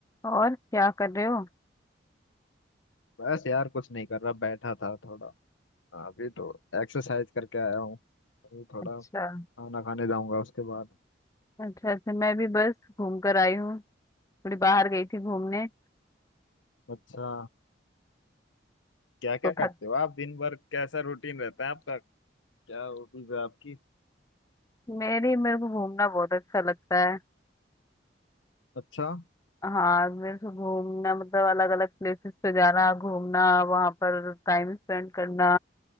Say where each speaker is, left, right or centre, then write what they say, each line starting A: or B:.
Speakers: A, on the left (about 15°); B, on the left (about 85°).
A: और क्या कर रहे हो
B: बस यार कुछ नहीं कर रहा बैठा था थोड़ा अभी तो एक्सरसाइज करके आया हूँ अभी थोड़ा
A: अच्छा
B: खाना खाने जाऊंगा उसके बाद
A: अच्छा अच्छा मैं भी बस घूम कर आई हूँ थोड़ी बाहर गई थी घूमने
B: अच्छा क्या क्या
A: तो
B: करते
A: थक
B: हो आप दिन भर कैसा रूटीन रहता है आपका क्या हॉबीज है आपकी
A: मेरी मेरे को घूमना बहुत अच्छा लगता है
B: अच्छा
A: हाँ मेरे को घूमना मतलब अलग अलग प्लेसेस पे जाना घूमना वहां पर टाइम स्पेंड करना